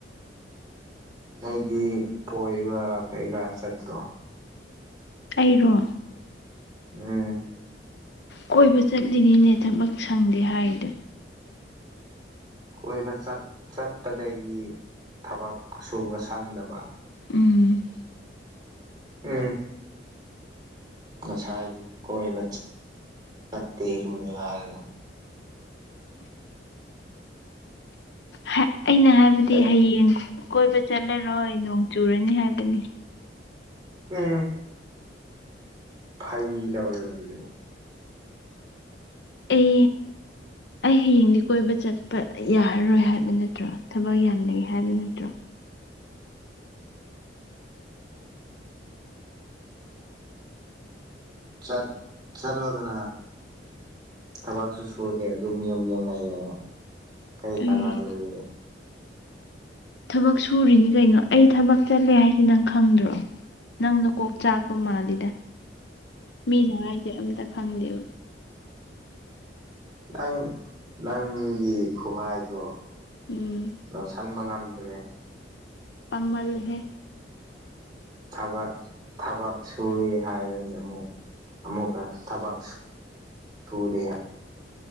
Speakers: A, on the right (about 25°); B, on the left (about 70°).
A: ꯅꯩꯗꯤ ꯄꯣꯏꯕ ꯀꯩꯀ ꯆꯠꯇ꯭ꯔꯣ
B: ꯑꯩꯔꯣ
A: ꯎꯝ
B: ꯀꯣꯏꯕ ꯆꯠꯂꯤꯅꯤꯅꯦ ꯊꯕꯛ ꯁꯪꯗꯦ ꯍꯥꯏꯗꯣ
A: ꯀꯣꯏꯕ ꯆꯠꯄꯗꯒꯤ ꯊꯕꯛ ꯁꯨꯕ ꯁꯪꯗꯕ
B: ꯎꯝ
A: ꯎꯝ ꯉꯁꯥꯏꯗꯤ ꯀꯣꯏꯕ ꯆꯠꯇꯦꯔꯨꯅꯤ ꯍꯥꯏꯗ
B: ꯍꯦꯛ ꯑꯩꯅ ꯍꯥꯏꯕꯗꯤ
A: ꯑꯩ
B: ꯍꯌꯦꯡ ꯀꯣꯏꯕ ꯆꯠꯂꯔꯣꯏ ꯅꯣꯡ ꯆꯨꯔꯅꯤ ꯍꯥꯏꯕꯅꯤ
A: ꯎꯝ ꯐꯥꯒꯤ ꯇꯧꯋꯤꯔꯣ ꯑꯗꯨꯗꯤ
B: ꯑꯩ ꯑꯩ ꯍꯌꯦꯡꯗꯤ ꯀꯣꯏꯕ ꯆꯠꯄ ꯌꯥꯔꯔꯣꯏ ꯍꯥꯏꯕ ꯅꯠꯇ꯭ꯔꯣ ꯊꯕꯛ ꯌꯥꯝ ꯂꯩ ꯍꯥꯏꯕ ꯅꯠꯇ꯭ꯔꯣ
A: ꯆꯠ ꯆꯠꯂꯣꯗꯅ ꯊꯕꯛꯁꯨ ꯁꯨꯗꯦ ꯑꯗꯨꯝ ꯌꯨꯝꯗ ꯂꯩꯌꯦ ꯀꯔꯤ
B: ꯑꯩ
A: ꯀꯅꯥꯗꯣꯔꯤꯒꯦ
B: ꯊꯕꯛ ꯁꯨꯔꯤꯅꯤ ꯀꯩꯅꯣ ꯑꯩ ꯊꯕꯛ ꯆꯠꯂꯦ ꯍꯥꯏꯁꯦ ꯅꯪ ꯈꯪꯗ꯭ꯔꯣ ꯅꯪ ꯅꯀꯣꯛ ꯆꯥꯛꯄ ꯃꯥꯜꯂꯤꯗ ꯃꯤꯅ ꯍꯥꯏꯁꯦ ꯑꯝꯇ ꯈꯪꯗꯦꯕ
A: ꯅꯪ ꯅꯪꯒꯤ ꯈꯨꯍꯥꯏꯗꯣ
B: ꯎꯝ
A: ꯂꯧꯁꯟꯕ ꯉꯝꯗ꯭ꯔꯦ
B: ꯄꯡꯃꯜꯂꯦꯁꯦ
A: ꯊꯕꯛ ꯊꯕꯛ ꯁꯨꯔꯤ ꯍꯥꯏꯔꯅꯤ ꯑꯃꯨꯛ ꯑꯃꯨꯛꯀ ꯊꯕꯛ ꯁꯨꯗꯦ